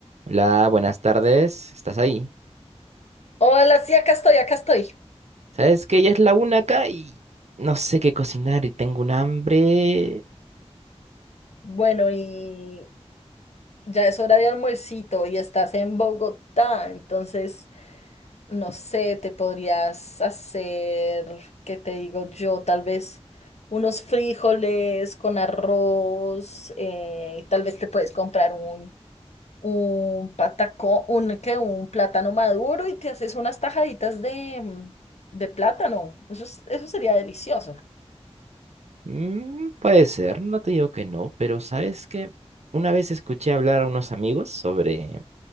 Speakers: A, on the right (about 75°); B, on the left (about 70°).
A: Hola, buenas tardes. ¿Estás ahí?
B: Hola, sí, acá estoy, acá estoy.
A: ¿Sabes que ya es la una acá y no sé qué cocinar y tengo un hambre?
B: Bueno, y ya es hora de almuercito y estás en Bogotá, entonces, no sé, te podrías hacer, ¿qué te digo yo? Tal vez unos frijoles con arroz, eh, y tal vez te puedes comprar un, un patacón, un, ¿qué? Un plátano maduro y te haces unas tajaditas de, mm, de plátano. Eso, es- eso sería delicioso,
A: Mm, puede ser, no te digo que no, pero ¿sabes que Una vez escuché hablar a unos amigos sobre